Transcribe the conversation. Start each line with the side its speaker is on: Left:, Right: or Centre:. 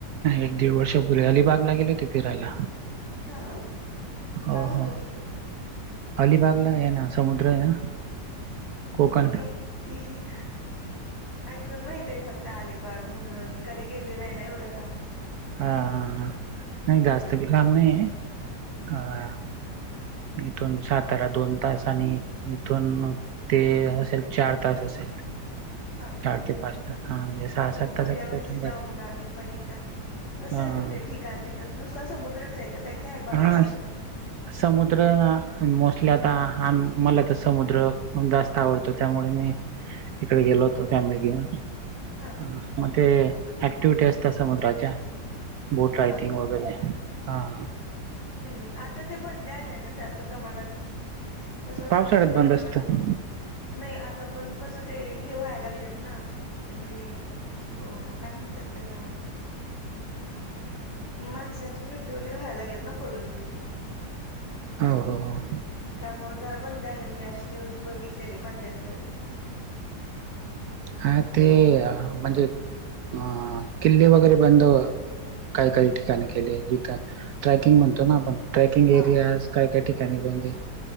Right: एक दीड वर्षापूर्वी, अलिबागला गेले होते फिरायला.
Left: हा
Right: हो
Left: काय होतं
Right: हो.
Left: तिकडं
Right: अलिबागला आहे ना, समुद्र आहे ना. कोकण
Left: नाही काय माहिती. ऐकून माहित आहे फक्त अलिबाग म्हणून, कधी गेले नाही ना एवढ्या लांब.
Right: हा हा हा नाही जास्त भिणार नाही, हा. इथून सातारा दोन तास आणि इथून ते असेल, चार तास असेल.
Left: हा का,
Right: चार ते पाच तास हा म्हणजे सहा सात
Left: हो पुढल्या
Right: तासात
Left: वर्षी
Right: पोहोचून
Left: जाऊ
Right: जाते
Left: मग आम्ही पण एकदा. कसं
Right: हा
Left: आहे म्हणजे ठिकाण तिथं, नुसता समुद्रच आहे का, काय काय हाय बघायसारखं?
Right: हा समुद्र मोस्टली आता हान मला तर समुद्र जास्त आवडतो, त्यामुळे मी तिकडे गेलो होतो फॅमिली घेऊन.
Left: हा.
Right: आ म ते ॲक्टिविटी असतात समुद्राच्या. बोट रायटिंग
Left: हा का
Right: वगैरे हा.
Left: हम्म आता ते बंदी आल्या ना जास्त प्रमाणात. कसं
Right: पावसाळ्यात
Left: जास्त प्रमाणात,
Right: बंद असतं
Left: नाही आता पण कसं ते हे व्हायला लागलेत ना. म्हणजे अ काय म्हणतात त्याला माणसांचं मृत्यू वगैरे व्हाय लागल्यात ना पडून.
Right: हो हो. हो
Left: त्यामुळे जरा बंदी आलेली, मी अशी न्यूज बघितलेली मध्यंतरी.
Right: हा ते, म्हणजे अ किल्ले वगैरे बंद काय काही ठिकाणी केले जिथं ट्रॅकिंग म्हणतो ना आपण ट्रॅकिंग
Left: हा
Right: एरियाज काय काय ठिकाणी बंद हाय.